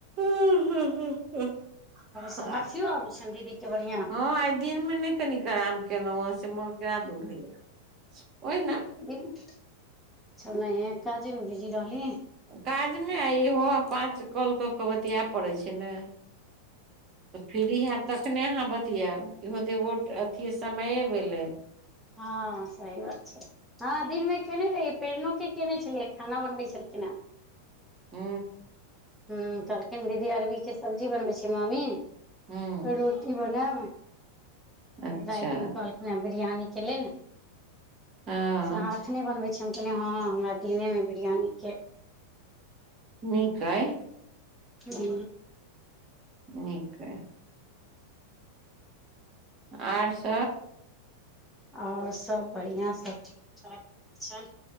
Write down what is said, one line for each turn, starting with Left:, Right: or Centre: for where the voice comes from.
Right: ह हू हू
Centre: से
Right: हँ
Centre: हाथियो आबै छनि दीदी के बढ़िआँ
Right: आइ दिन मे नहि कनि कराम केलहु से मन केना दुन होइयै ओहिना
Centre: अच्छा ओनहि काजे मे बिजी रहली
Right: काजमे आ इहो आ पाँच कल कऽ कऽ बतियाए पड़ैत छै ने तऽ फ्री हयब तखने अहाँ ब अथी आब इहो ते वो अथ समये भेलै
Centre: हँ सही बात छै हँ दिन मे केने रही प्रेरणोे केने छलियै खाना बनबे छलखिन हेँ
Right: हू
Centre: ह कहलखिन दीदी अरबीके सब्जी बनबै छ मम्मी
Right: हूँ
Centre: रोटी बनायब
Right: अच्छा
Centre: रातिमे कहलखिन हे बिरयानी के लेल
Right: हँ
Centre: से अहाँ एखने बनबै छी हम कहलियै हँ हमरा दिनेमे बिरियानी के
Right: नीक अइ
Centre: हू
Right: नीक य। आर स
Centre: आओर सब बढ़िआ सब ठीक ठाक छैय